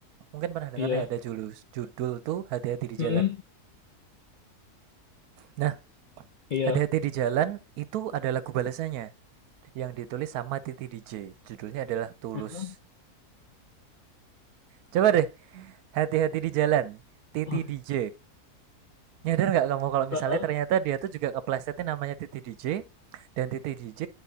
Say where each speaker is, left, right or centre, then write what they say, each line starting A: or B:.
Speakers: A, on the right (about 75°); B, on the left (about 80°).
A: mungkin pernah dengarnya
B: Iya.
A: ada julus judul tuh hati-hati di
B: Mm-mm.
A: jalan nah
B: Iya.
A: hati-hati di jalan itu ada lagu balasannya yang ditulis sama Titi DJ judulnya adalah Tulus
B: Mm-mm.
A: coba deh hati-hati di jalan Titi
B: Oke.
A: DJ Nyadar nggak kamu kalau misalnya
B: Eh, eh.
A: ternyata dia tuh juga keplesetnya namanya Titi DJ dan Titi DJ